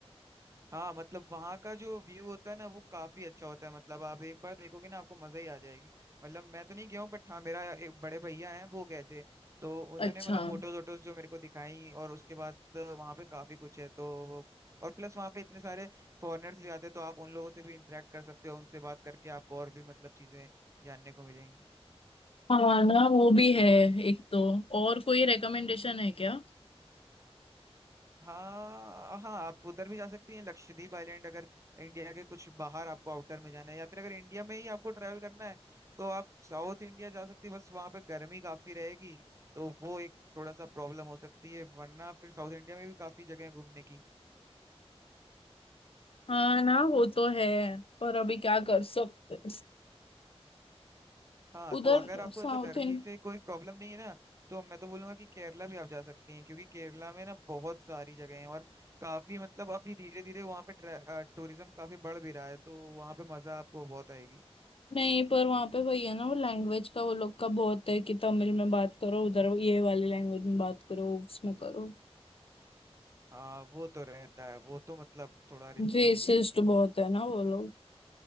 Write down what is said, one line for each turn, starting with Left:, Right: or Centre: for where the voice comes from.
Right: हाँ मतलब वहाँ का जो व्यू होता है ना वो काफी अच्छा होता है मतलब आप एक बार देखोगे ना आपको मजा ही आ जाएगी मतलब मैं तो नहीं गया हूँ बट हाँ मेरा एक बड़े भैया हैं वो गए थे तो उन्होंने
Left: अच्छा
Right: मतलब फोटोज वोटोज जो मेरे को दिखाई और उसके बाद तो वहाँ पे काफी कुछ है तो और प्लस वहाँ पे इतने सारे फॉरेनर्स भी आते हैं तो आप उन लोगों से भी इंटरेक्ट कर सकते हो उनसे बात करके आपको और भी मतलब चीजें जानने को मिलेंगी
Left: हाँ ना वो भी है एक तो और कोई रेकमेंडेशन है क्या
Right: हाँ हाँ आप उधर भी जा सकती हैं लक्षद्वीप आइलैंड अगर इंडिया के कुछ बाहर आपको आउटर में जाना है या फिर अगर इंडिया में ही आपको ट्रैवल करना है तो आप साउथ इंडिया जा सकती हैं बस वहाँ पे गर्मी काफी रहेगी तो वो एक थोड़ा सा प्रॉब्लम हो सकती है वरना फिर साउथ इंडिया में भी काफी जगह है घूमने की
Left: हाँ ना वो तो है पर अभी क्या कर सकते हैं।
Right: हाँ
Left: उधर
Right: तो अगर आपको
Left: साउथ
Right: ऐसा गर्मी
Left: इंड
Right: से कोई प्रॉब्लम नहीं है ना तो मैं तो बोलूंगा कि केरला भी आप जा सकती हैं क्योंकि केरला में ना बहुत सारी जगह हैं और काफी मतलब अभी धीरे धीरे वहाँ पे टूरिज्म काफी बढ़ भी रहा है तो वहाँ पे मजा आपको बहुत आएगी
Left: नहीं पर वहां पे वही है ना वो लैंग्वेज का वो लोग का बहुत है कि तमिल में बात करो उधर ये वाली लैंग्वेज में बात करो उसमें करो
Right: हाँ वो तो रहता है वो तो मतलब थोड़ा रिस्की
Left: रेसिस्ट
Right: भी है
Left: बहुत है ना वो लोग